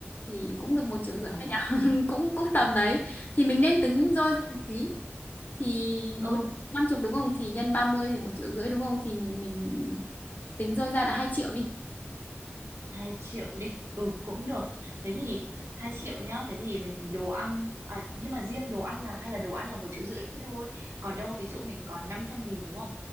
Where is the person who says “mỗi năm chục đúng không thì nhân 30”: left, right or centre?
Left